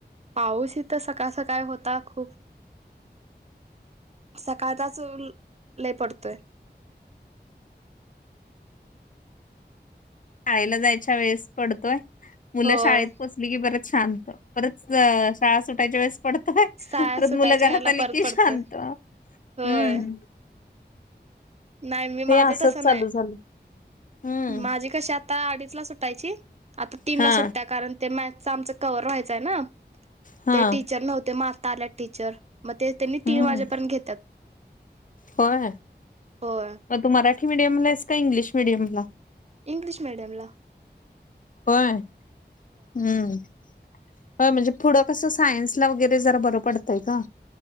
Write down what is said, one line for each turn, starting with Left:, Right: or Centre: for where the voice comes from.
Right: पाऊस इथं सकाळ सकाळ होता खूप सकाळचाच लय पडतोय
Left: शाळेला जायच्या वेळेस पडतोय मुलं
Right: होय
Left: शाळेत पोचली की पडत परत शाळा सुटायच्या वेळेस पडतोय
Right: शाळा
Left: परत
Right: सुटायच्या
Left: मुलं घरात
Right: वेळेला
Left: आली
Right: परत
Left: की
Right: पडतोय
Left: शांत हम्म
Right: होय नाही मी
Left: ते
Right: माझं
Left: असंच
Right: तसं नाही
Left: चालू झालं हम्म
Right: माझी कशी आ आता अडीच ला सुटायची आता तीनला
Left: हा
Right: सुट्या कारण ते मॅथ्स आमच क्हवर व्हायचंय ना
Left: हा
Right: ते टीचर नव्हते म आता आल्यात टीचर मग ते त्यांनी
Left: हम्म.
Right: तीन वाजेपर्यंत घेतात
Left: होय
Right: होय
Left: मग तू मराठी मिडियमला आहेस का, इंग्लिश मिीडियमला.
Right: इंग्लिश मीडयमला.
Left: होय हम्म. हो म्हणजे पुढं कस सायन्सला वगैरे जरा बरं पडतय का